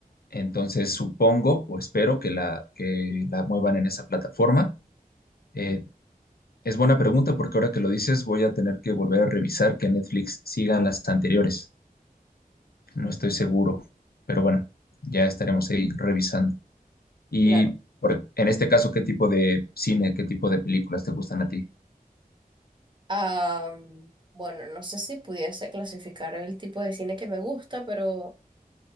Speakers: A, on the left (about 85°); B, on the right (about 30°).
A: Entonces supongo o espero que la, que la muevan en esa plataforma. Eh, es buena pregunta porque ahora que lo dices voy a tener que volver a revisar que Netflix sigan las anteriores. No estoy seguro, pero bueno, ya estaremos ahí revisando. Y
B: claro.
A: por- en este caso, ¿qué tipo de cine, qué tipo de películas te gustan a ti?
B: Ah, bueno, no sé si pudiese clasificar el tipo de cine que me gusta, pero...